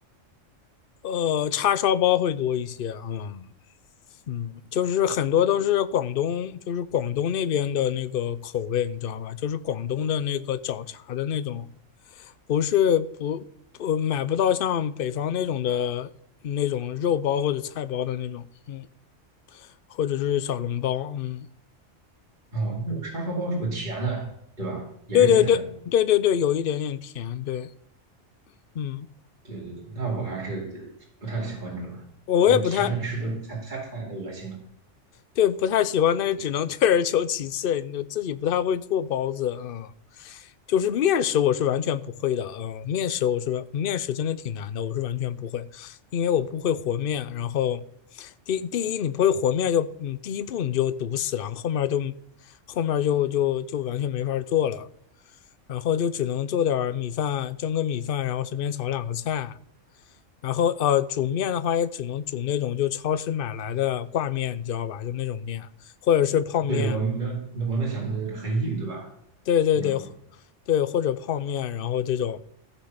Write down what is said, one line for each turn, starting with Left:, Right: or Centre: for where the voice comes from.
Left: 呃，叉烧包会多一些，嗯。嗯，就是很多都是广东，就是广东那边的那个口味，你知道吧？就是广东的那个找茬的那种，不是不不买不到像北方那种的那种肉包或者菜包的那种，嗯，或者是小笼包，嗯，
Right: 哦，那种叉烧包是不是甜的，对吧？也是甜的。
Left: 对对对对对对，有一点点甜，对，嗯，
Right: 对对对，那我还是不太喜欢这种，
Left: 我也不太
Right: 我甜的吃的太太太恶心了。
Left: 对，不太喜欢，但是只能 <laughs> 退而求其次。你自己不太会做包子，嗯，就是面食我是完全不会的，嗯，面食我是完面食真的挺难的，我是完全不会，因为我不会和面。然后第第一你不会和面就，嗯，第一步你就堵死了，后面就后面就就就完全没法做了，然后就只能做点儿米饭，蒸个米饭，然后随便炒两个菜。然后呃，煮面的话也只能煮那种就超市买来的挂面，你知道吧？就那种面，或者是泡面，
Right: 对，我能，我能想到就是很硬，对吧？
Left: 对对对，
Right: 那种，
Left: 对，或者泡面，然后这种，